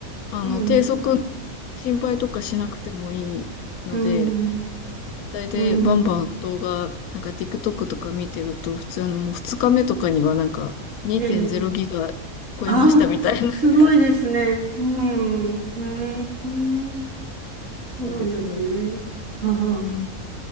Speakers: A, on the left; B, on the right.
A: あの、
B: うん、
A: 低速の心配とかしなくてもいいので、
B: うん、
A: 体でバンバン動画、
B: うん、
A: なんか TikTok とか見てると、普通あのもう2日目とかにはなんか2.0ギガ超えましたみたいな。
B: えー、あ、
A: <laughs>
B: すごいですね。うん、うん、うん
A: そうですね。
B: そうなんですね。ああ、
A: うん